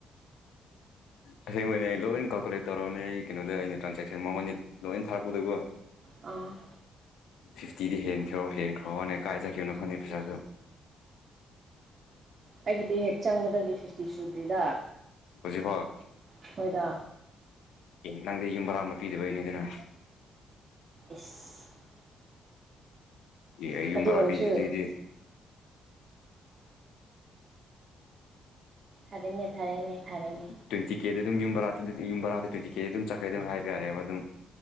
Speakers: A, on the left; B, on the right.
A: ꯇꯁꯦꯡꯕꯅꯤ ꯑꯩ ꯂꯣꯏ ꯀꯥꯜꯀꯨꯂꯦꯠ ꯇꯧꯔꯅꯦ ꯑꯩꯒꯤ ꯀꯩꯅꯣꯗ ꯑꯩꯅ ꯇ꯭ꯔꯥꯟꯁꯦꯛꯁꯟ ꯃꯉꯣꯟꯗꯤ ꯂꯣꯏ ꯊꯥꯛꯛꯄꯗꯨꯀꯣ
B: ꯑ
A: ꯐꯤꯐꯇꯤꯗꯤ ꯍꯦꯟꯈ꯭ꯔꯣ ꯍꯦꯟꯈ꯭ꯔꯣ ꯋꯥꯅꯦ ꯀꯥꯏꯖꯈꯤꯕꯅꯣ ꯈꯪꯗꯦ ꯄꯩꯁꯥꯁꯨ
B: ꯑꯩꯒꯤꯗꯤ ꯍꯦꯛ ꯆꯪꯕꯗ ꯐꯤꯐꯇꯤ ꯁꯨꯗ꯭ꯔꯤꯗ
A: ꯍꯧꯖꯤꯛꯐꯥꯎ
B: ꯑꯩꯈꯣꯏꯗ
A: ꯅꯪꯗꯤ ꯌꯨꯝ ꯕꯔꯥ ꯑꯃ ꯄꯤꯗꯕꯩꯅꯤꯗꯅ
B: <unintelligible> <inaudible>
A: ꯑꯦ ꯑꯩ ꯌꯨꯝꯕꯔꯥ
B: ꯑꯗꯨ ꯑꯣꯏꯔꯁꯨ
A: ꯄꯤꯁꯤꯗꯤ ꯑꯩꯗꯤ
B: ꯐꯔꯦꯅꯦ ꯐꯔꯦꯅꯦ ꯐꯔꯦꯅꯦ
A: ꯇ꯭ꯋꯦꯟꯇꯤ ꯀꯦꯗ ꯑꯗꯨꯝ ꯌꯨꯝꯕꯔ ꯑꯗꯨꯗꯤ ꯌꯨꯝ ꯕꯥꯗꯗꯤ ꯇ꯭ꯋꯦꯟꯇꯤ ꯀꯦꯗꯤ ꯑꯗꯨꯝ ꯆꯈ꯭ꯔꯦ ꯑꯗꯨꯝ ꯍꯥꯏꯕ ꯌꯥꯔꯦꯕ ꯑꯗꯨꯝ